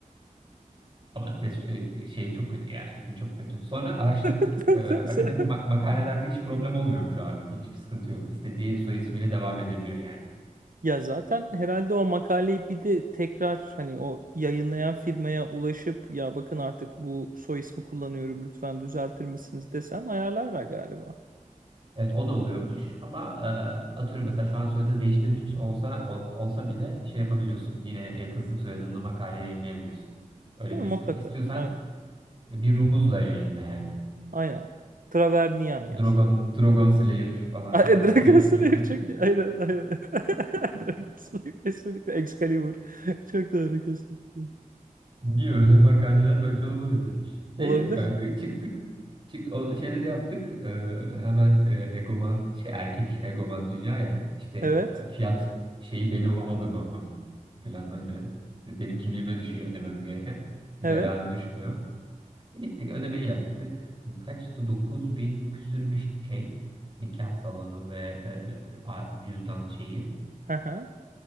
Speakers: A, on the right; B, on the right.
A: Ama test e, e, şey çok kötü ya isim çok kötü. Sonra araştırdık.
B: <laughs>
A: Ee, akademik ma- makalelerde hiç problem olmuyormuş abi. Hiç sıkıntı yok. İstediği soy ismiyle devam edebiliyor yani.
B: Ya zaten herhalde o makaleyi bir de tekrar hani o yayınlayan firmaya ulaşıp ya bakın artık bu soy ismi kullanıyorum lütfen düzeltir misiniz desem ayarlarlar galiba.
A: Evet o da oluyormuş ama e, atıyorum mesela şu an soyadını değiştirmiş olsa ol- olsa bile şey yapabiliyorsun. Yine e, kızlık soyadında makale yayınlayabiliyorsun. Öyle
B: Değil
A: bir
B: mi? Mutlaka.
A: sıkıntı. İstiyorsan
B: Aynen.
A: e, bir rumuzla yayınla yani.
B: Aynen. Travernian
A: Dragon,
B: yaz.
A: Dragon Slayer falan
B: <laughs> Ay,
A: filan
B: Dragon
A: diye.
B: Slayer
A: <laughs>
B: çok Aynen aynen. <laughs> Dragon Slayer kesinlikle. Excalibur. <laughs> Çok doğru kesinlikle.
A: Niye öyle makaleler bence olmalıydı. Neyse
B: Olabilir.
A: kanka çıktık. Çık, o şeyleri yaptık. E, hemen e, hegoman şey erkek hegoman dünya ya işte
B: Evet.
A: e, fiyat şeyi benim adıma. falan öyle Benim kimliğime düşüyor ödememiz gereken. Zerarı
B: Evet.
A: düşmüyor. Gittik ödemeyi yaptık. Kaçtı? dokuz bin küsür bir şey. Nikah salonu ve e, a- cüzdan şeyi.
B: Aha.